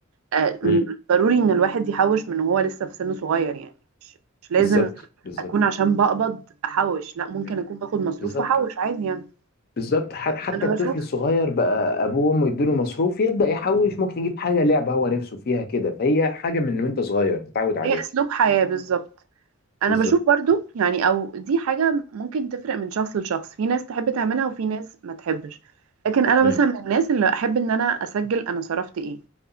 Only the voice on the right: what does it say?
آه، م-
ضروري ان الواحد يحوش من وهو لسه في سن صغير يعني مش مش لازم
اكون عشان بقبض احوش لا ممكن
اكون باخد مصروف
واحوش عادي يعني
انا
بشوف
هي اسلوب حياة بالظبط انا
بشوف برضو يعني او دي حاجة ممكن تفرق من شخص لشخص في ناس تحب تعملها وفي ناس ما تحبش لكن انا
مثلا من الناس اللي احب ان انا اسجل انا صرفت ايه